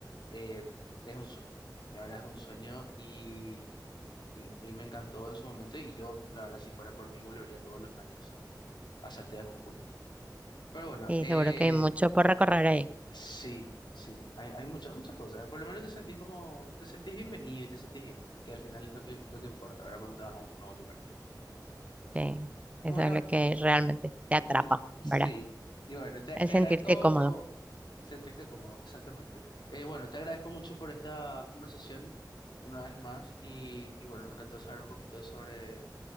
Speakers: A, on the left; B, on the right.
A: eh, es un sueño. La verdad es un sueño y, y, y me encantó en su momento. Y yo, la verdad, si fuera por mí, volvería todos los años a Saltea Jujuy. Pero bueno,
B: Eh,
A: eh,
B: seguro que hay mucho por recorrer ahí.
A: Sí, sí, hay, hay muchas, muchas cosas. Por lo menos te sentís como, te sentís bienvenido y te sentís bien, que al final es lo que, lo que importa, ¿verdad? Cuando te vas a un nuevo lugar.
B: Sí,
A: Bueno,
B: eso es lo que realmente te atrapa,
A: eh, sí,
B: ¿verdad?
A: y bueno, te,
B: El
A: te
B: sentirte
A: agradezco
B: cómodo.
A: sentirte cómodo, exactamente. Eh, bueno, te agradezco mucho por esta conversación una vez más y, y bueno, me encantó saber un poquito sobre,